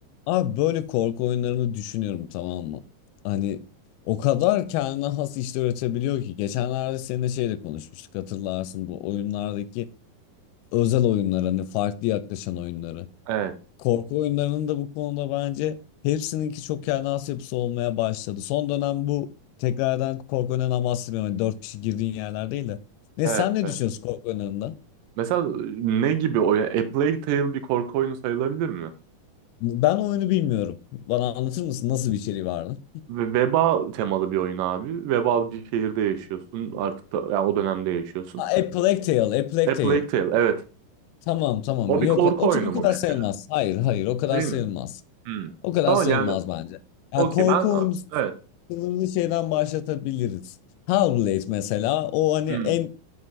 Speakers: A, on the left (about 85°); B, on the right (about 75°).
A: Abi böyle korku oyunlarını düşünüyorum tamam mı? Hani o kadar kendine has işler üretebiliyor ki. Geçenlerde seninle şeyle konuşmuştuk hatırlarsın bu oyunlardaki özel oyunlar hani farklı yaklaşan oyunları.
B: Evet,
A: Korku oyunlarının da bu konuda bence hepsininki çok kendine has yapısı olmaya başladı. Son dönem bu tekrardan korku oyunlarından bahsetmiyorum. Hani dört kişi girdiğin yerler değil de. Ne
B: evet,
A: sen ne
B: evet.
A: düşünüyorsun korku oyunlarından?
B: Mesela ne gibi oyun? A Plague Tale bir korku oyunu sayılabilir mi?
A: Ben oyunu bilmiyorum. Bana anlatır mısın nasıl bir içeriği vardı?
B: Ve veba temalı bir oyun abi. Vebal bir şehirde yaşıyorsun. Artık da yani o dönemde yaşıyorsun.
A: Ha, A Plague Tale, A Plague
B: A
A: Tale.
B: Plague Tale, evet.
A: Tamam tamam.
B: O
A: Yok
B: bir korku
A: o,
B: oyunu
A: o
B: mu
A: kadar
B: mesela?
A: sayılmaz. Hayır hayır o kadar
B: Değil
A: sayılmaz.
B: mi? Hmm.
A: O kadar
B: Tamam
A: sayılmaz
B: yani
A: bence.
B: okey
A: Yani korku
B: ben
A: oyunu
B: evet.
A: sınırını şeyden başlatabiliriz. Hellblade mesela o hani
B: Hmm.
A: en